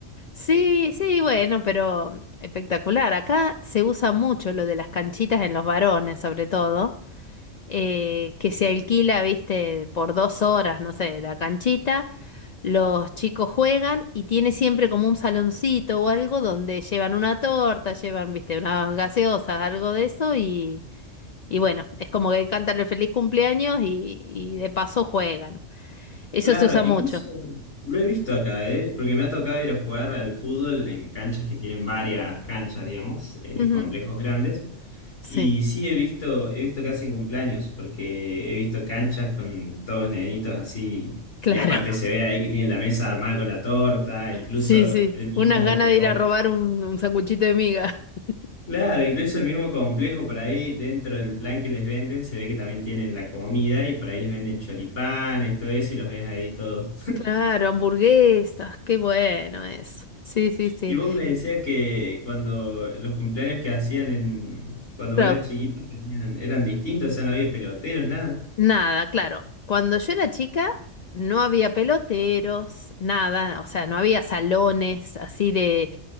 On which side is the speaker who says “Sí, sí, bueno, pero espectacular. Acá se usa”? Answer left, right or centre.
Left